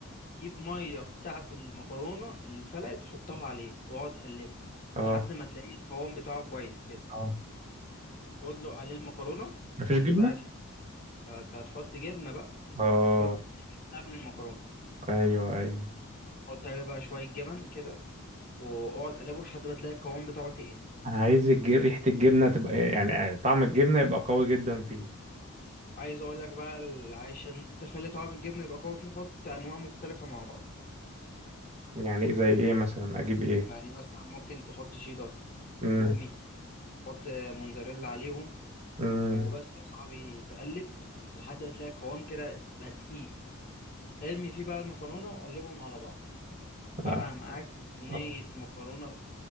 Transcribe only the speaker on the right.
اه
اه
مفيش
جبنه
اه
ايوه ايوه
عايز الج- ريحة الجبنة تبقى إيه، يعني آه، طعم الجبنة يبقى قوي جدا فيه
يعني إيه، زي ايه مثلا اجيب ايه
امم
امم
آه،
آه،